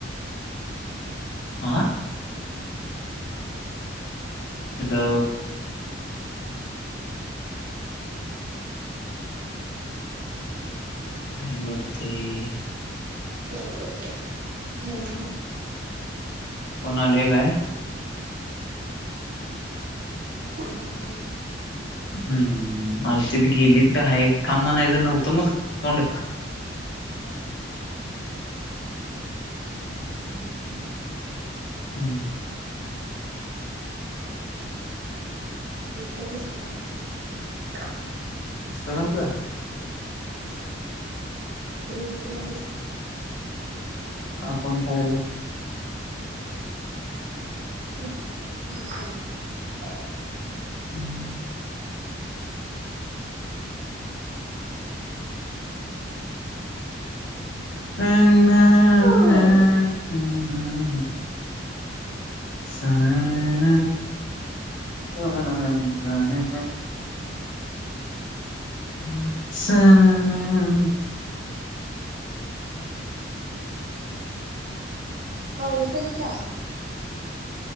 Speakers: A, on the left; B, on the right.
A: आा हॅलो
B: जेवलो
A: काय बोलतय
B: जेवलो जेव जेवलो
A: कोणा आलय काय
B: काका आहेत
A: हम् आलतीत गेलीत का हायत थांब म्हणायचं नव्हतं मग तोंड
B: <inaudible>
A: हम्म
B: क्रीमचा पसपेटांचा वास यालाय
A: <inaudible>
B: ग्रीन क्रीम बिस्किट
A: का कोण खायलय
B: <unintelligible>
A: हम्म <inaudible>
B: हो
A: स न वन वणन हमं सन
B: कॉलेज कधी चालू हाय